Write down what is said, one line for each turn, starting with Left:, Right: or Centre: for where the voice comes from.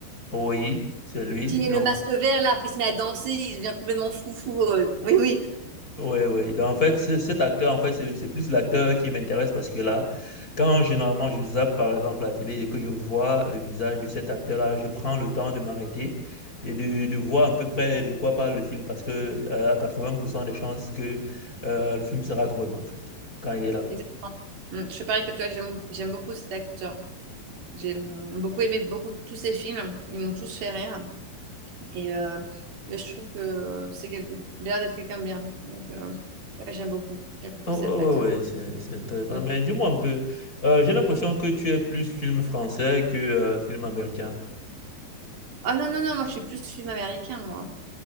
Left: Oui, c'est lui.
Right: Quand il met
Left: Donc,
Right: le masque vert là, après il se met à danser, il devient complètement foufou. euh, Oui, oui,
Left: Oui, oui. Donc, en fait, ce- cet acteur, en fait, c'est c'est plus l'acteur qui m'intéresse parce que là, quand généralement je zappe, par exemple, la télé et que je vois le visage de cet acteur-là, je prends le temps de m'arrêter et de, de voir à peu près de quoi parle le film parce que euh, à 80% des chances que euh, le film sera drôle, en fait, quand il est là.
Right: exactement. Mm, Je suis pareil que toi, j'aime j'aime beaucoup cet acteur. J'ai mm, beaucoup aimé beaucoup tous ces films. Ils m'ont tous fait rire. Et euh, mais je trouve que c'est quel- il a l'air d'être quelqu'un de bien. Donc, euh, ouais, j'aime beaucoup. J'aime beaucoup
Left: Oh,
Right: cet
Left: oh,
Right: acteur.
Left: ouais, ouais, c'est c'est intéressant.
Right: Mm.
Left: Mais dis-moi un peu, euh, j'ai l'impression que tu es plus film français que euh, film américain.
Right: Ah non, non, non, moi je suis plus film américain, moi.